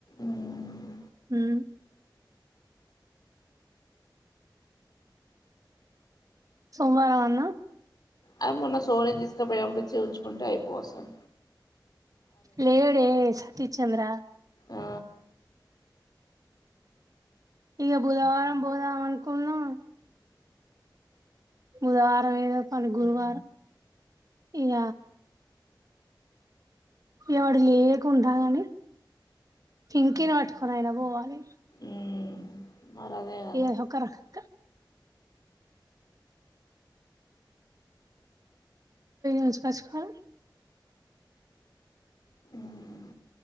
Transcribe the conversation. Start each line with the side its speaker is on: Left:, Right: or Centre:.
Left: మ్
Right: ఉమ్ సోవారం అన్నా
Left: అది మొన్న సోన్ని తీసుకపోనప్పుడు చేంచుకుంటే అయిపోయి వస్తాం.
Right: లేడే తి చంద్ర
Left: ఆ
Right: ఇక బుధవారం పోదాం అనుకున్నా బుధవారం ఏదో పని గురువారం ఇగ ఎవడు లేకుండా కాని పింకిని పట్టుకొని అయినా పోవాలి.
Left: మ్ మరి అదే కదా
Right: ఏ ఒకరక రోజకాచ కా
Left: మ్